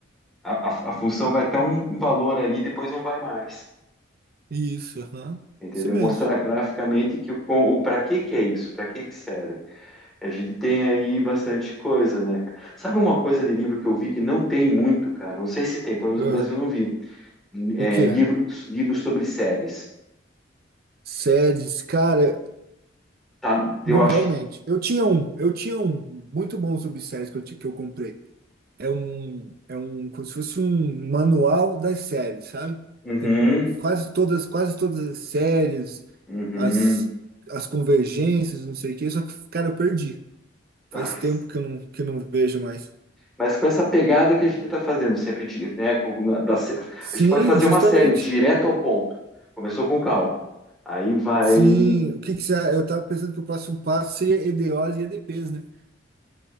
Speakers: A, in the centre; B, on the right (about 50°).
A: A, a- a função vai ter um valor ali, depois não vai mais.
B: isso, aham,
A: Entendeu?
B: isso mesmo.
A: Mostrar graficamente que o, com- o para que que é isso, para que que serve. A gente tem aí bastante coisa, né, cara? Sabe uma coisa de livro que eu vi que não tem muito, cara? Não sei se tem, pelo menos
B: Ah,
A: no Brasil não vi. É,
B: o quê?
A: livro, livro sobre séries.
B: Séries, cara,
A: Tá? Eu
B: não
A: acho
B: realmente.
A: que.
B: Eu tinha um, eu tinha um muito bom subséries que eu, ti- que eu comprei. é um, é um, como se fosse um manual das séries, sabe?
A: Uhum,
B: Tem quase todas, quase todas as séries,
A: uhum.
B: as, as convergências, não sei o quê, só que, cara, eu perdi. Faz
A: Ah,
B: tempo que eu não, que eu não vejo mais.
A: Mas com essa pegada que a gente está fazendo sempre, de, né? com- na- da sé-
B: Sim,
A: a gente pode fazer
B: justamente.
A: uma série direto ao ponto. Começou com cálculo. Aí vai.
B: Sim, o que que você, eu tava pensando que o próximo passo seria EDOs e EDPs, né?